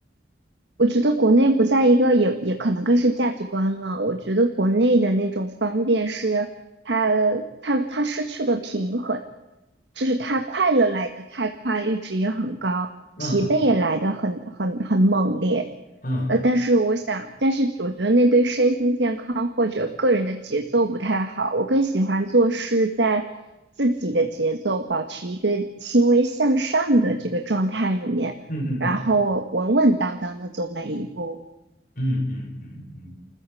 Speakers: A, on the right; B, on the left.
A: 我觉得国内不在一个也也可能更是价值观了。我觉得国内的那种方便是它它它失去了平衡，就是它快乐来得太快，阈值也很高，
B: 嗯
A: 疲惫也来得很很很猛烈。
B: 嗯
A: 呃，但是我想，但是我觉得那对身心健康或者个人的节奏不太好。我更喜欢做事在自己的节奏，保持一个轻微向上的这个状态里面，
B: 嗯嗯嗯
A: 然后稳稳当当的走每一步。
B: 嗯嗯嗯嗯